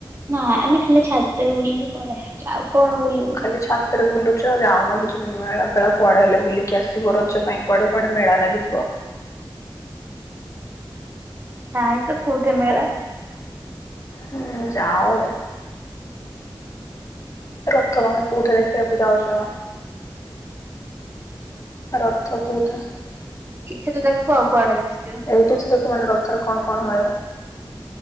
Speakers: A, on the right; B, on the left.
A: ନା ଆମେ ଖାଲି ଛାତରେ ବୁଲିକି ପଳି ଆଉ କଣ? ବୁଲିବୁ।
B: ଖାଲି ଛାତରେ ବୁଲୁଚ ଯାଉନ କିଛି ମେଳାପେଳା କୁଆଡେ ହେଲେ ବୁଲିକି ଆସିବ ରଜ ପାଇଁ। କୁଆଡ଼େ କୁଆଡ଼େ ମେଳା ଲାଗିଥିବ।
A: <unintelligible> କୋଉଠି ମେଳା।
B: ହୁଁ ଯାଅ ରଥମେ କୋଉଠି ଦେଖିବାକୁ ଚାହୁଁଚ? ରଥ କୋଉଠା
A: କିଛି ତୁ ଦେଖୁ ଆଉ କୁଆଡେ ଦେଖି <unintelligible>
B: <unintelligible> ରଥରେ କଣ କଣ ହୁଏ?